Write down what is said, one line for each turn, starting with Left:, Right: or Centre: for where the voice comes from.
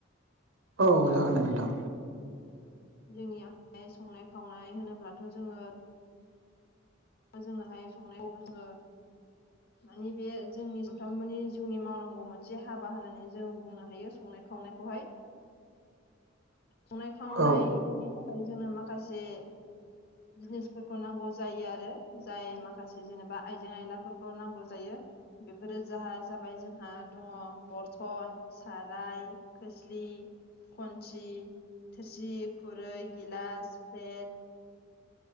Right: औ जागोन दे नोंथां।
Left: ओम जोंनि आइ संनाय खावनाय होनोब्लाथ' जोङो जोङोहाय संनायखौ जोङो मानिे बे जोंनि सानफ्रामबोनि जिउनि मावनांगौ मोनसे हाबा होननानै जों बुंनो हायो संनाय खावनायख खौहाय संनाय खावनायनि
Right: औ
Left: थाखाय खाय जोंनो माखासे जिनिसफोरखौ नांगौ जायो आरो जाय माखासे जेनेबा आइजें आयलाफोरखौ नांगौ जायो। बेफोरो जाहा जाबाय जोंहा दङ बरथन साराय खोस्लि। खन्सि थोरसि खुरै गिलास प्लेट